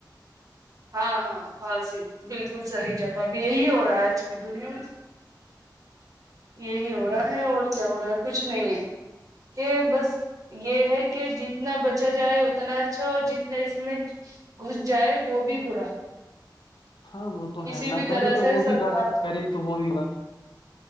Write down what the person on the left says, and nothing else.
ہاں وہ تو
ہے
نہ کرے
تو
وہ
بھی غلط کرے تو وہ بھی غلط